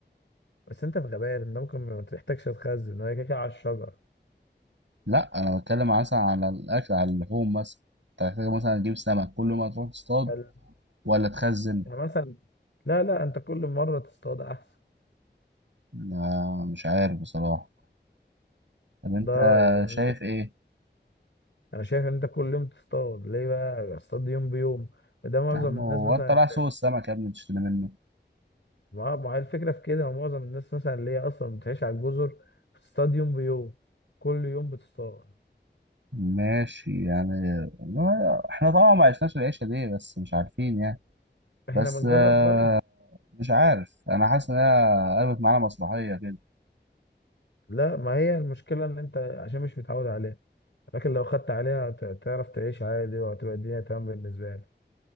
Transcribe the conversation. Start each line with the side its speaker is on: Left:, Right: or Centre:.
Left: بس انت في غابات انت ممكن ما تحتاجش تخزن هي كده كده على الشجر
Right: لا انا بتكلم مثلا على الاكل على اللحوم مثلا انت محتاج مثلا تجيب سمك كل ما تروح تصطاد
Left: فال-
Right: ولا تخزن
Left: مثلا لا لا انت كل مره تصطاد احسن
Right: آه مش عارف بصراحه طب انت
Left: ده رايي ان
Right: شايف
Left: انت
Right: ايه
Left: انا شايف ان انت كل يوم تصطاد ليه بقى اصطاد يوم بيوم وده معظم
Right: يا عم
Left: الناس
Right: هو
Left: مثلا
Right: انت رايح سوق السمك يا ابني تشتري منه
Left: ما ما هي الفكره في كده معظم الناس مثلا اللي هي اصلا بتعيش على الجزر بتصطاد يوم بيوم كل يوم بتصطاد
Right: ماشي يعني ما- احنا طبعا ما عشناش العيشه دي بس مش عارفين يعني
Left: احنا
Right: بس
Left: بنجرب
Right: آه،
Left: برضه
Right: مش عارف انا حاسس ان هي قلبت معانا مسرحيه كده
Left: لا ما هي المشكله ان انت عشان مش متعود عليها لكن لو خدت عليها هت- تعرف تعيش عادي وهتبقى الدنيا تمام بالنسبه لك